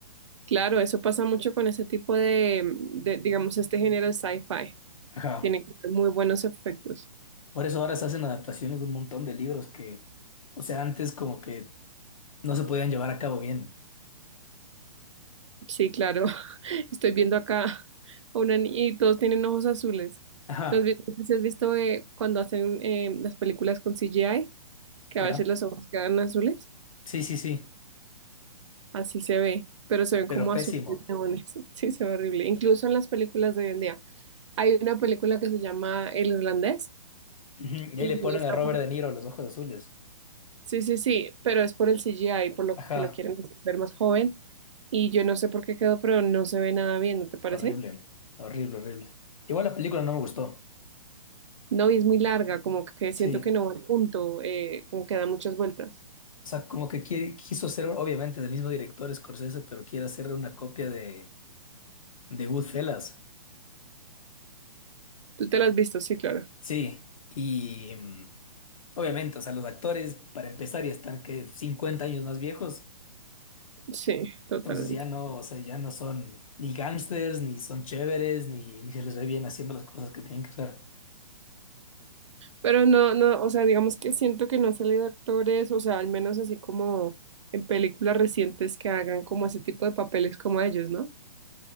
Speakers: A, on the right (about 50°); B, on the left (about 60°).
A: Claro, eso pasa mucho con ese tipo de, de, digamos, este género de sci-fi.
B: Ajá.
A: Tiene que tener muy buenos efectos.
B: Por eso ahora se hacen adaptaciones de un montón de libros que, o sea, antes como que no se podían llevar a cabo bien.
A: Sí, claro. <laughs> Estoy viendo acá <laughs> a una niña y todos tienen ojos azules.
B: Ajá,
A: ¿No has vi- no sé si has visto eh, cuando hacen eh, las películas con CGI? Que
B: ya.
A: a veces los ojos quedan azules.
B: Sí, sí, sí,
A: Así se ve, pero se ven
B: pero
A: como
B: pésimo.
A: azules neones. <laughs> Sí, se ve horrible. Incluso en las películas de hoy en día. Hay una película que se llama El Irlandés.
B: Ujú, Y
A: y
B: ahí le ponen
A: esa
B: a Robert De Niro los ojos azules.
A: Sí, sí, sí, pero es por el CGI, por lo
B: Ajá,
A: que lo quieren hacer ver más joven, y yo no sé por qué quedó, pero no se ve nada bien, ¿no te parece?
B: horrible, horrible, horrible. Igual la película no me gustó.
A: No, y es muy larga, como que siento
B: Sí.
A: que no va al punto, eh, como que da muchas vueltas.
B: O sea, como que qui- quiso ser, obviamente, del mismo director Scorsese, pero quiere hacer una copia de, de Goodfellas.
A: ¿Tú te la has visto? Sí, claro.
B: Sí, y mm, obviamente, o sea, los actores, para empezar, ya están que 50 años más viejos.
A: Sí, totalmente.
B: Entonces ya no, o sea, ya no son ni gángsters, ni son chéveres, ni, ni se les ve bien haciendo las cosas que tienen que hacer.
A: Pero no, no, o sea, digamos que siento que no han salido actores, o sea, al menos así como en películas recientes que hagan como ese tipo de papeles como ellos, ¿no?